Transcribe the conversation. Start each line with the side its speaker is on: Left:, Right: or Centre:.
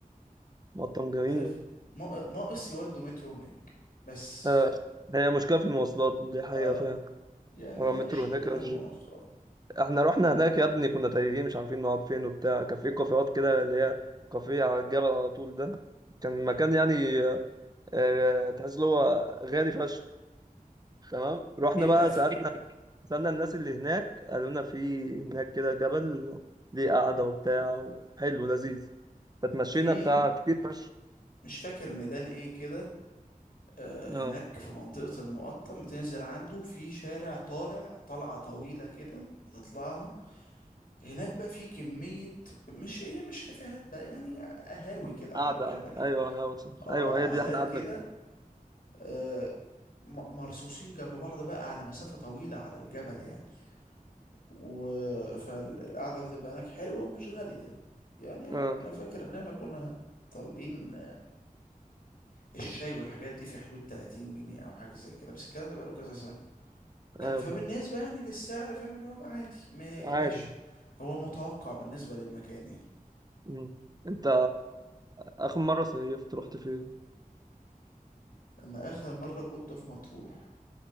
Right: مطعم جميل
Left: عارف نا- ناقص يودوا مترو هناك بس
Right: آه. هي مشكلة في المواصلات دي حقيقة
Left: اه
Right: فعلا
Left: يعني
Right: هو المترو
Left: هي مشكلتها
Right: هناك أزمة
Left: في المواصلات
Right: جدا. احنا رحنا هناك يا ابني كنا تايهين مش عارفين نقعد فين وبتاع كان في كافيهات كده اللي هي كافيه على الجبل على طول ده كان مكان يعني آه تحس اللي هو غالي فشخ تمام رحنا
Left: بيبقى
Right: بقى
Left: في
Right: سألنا سألنا الناس اللي هناك قالوا لنا في هناك كده جبل ليه قعدة وبتاع وحلو لذيذ فتمشينا
Left: في-
Right: بتاع كتير فشخ
Left: مش فاكر ميدان ايه كده آه،
Right: اه
Left: هناك في منطقة المقطم بتنزل عنده في شارع طالع طلعة طويلة كده بتطلعها هناك بقى في كمية مش هي مش كافيهات بقى يعني قهاوي كده على
Right: قاعدة
Left: الجبل
Right: قاعدة
Left: يعني
Right: أيوه أيوه صح
Left: اه
Right: أيوه
Left: قعدات
Right: هي دي إحنا قعدنا
Left: كده
Right: فيها
Left: آه، م- مرصوصين جنب بعض بقى على مسافة طويلة على الجبل يعني و فالقعدة بتبقى هناك حلوة ومش غالية يعني
Right: أه
Left: أنا فاكر إن احنا كنا طالبين الشاي والحاجات دي في حدود 30 جنيه أو حاجة زي كده بس الكلام ده بقاله كذا سنة
Right: أيوه
Left: فبالنسبة
Right: فاهم
Left: يعني للسعر فاهم اللي هو بقى عادي ما-
Right: عادي
Left: ماشي هو متوقع بالنسبة للمكان يعني
Right: مم. أنت آخر مرة صيفت رحت فين؟
Left: أنا آخر مرة كنت في مطروح